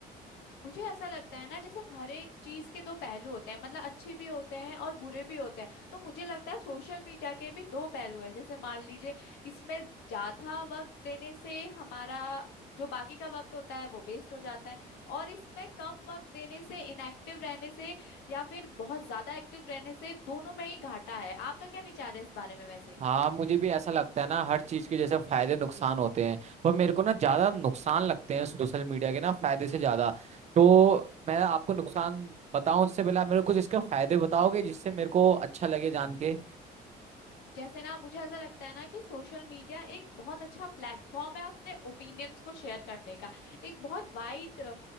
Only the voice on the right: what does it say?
हाँ मुझे भी ऐसा लगता है ना हर चीज के जैसे फायदे नुकसान होते हैं पर मेरे को ना ज्यादा नुकसान लगते हैं सोशल मीडिया के ना फायदे से ज्यादा तो मैं आपको नुकसान बताऊं उससे पहले आप मेरे को कुछ इसके फायदे बताओगे जिससे मेरे को अच्छा लगे जान के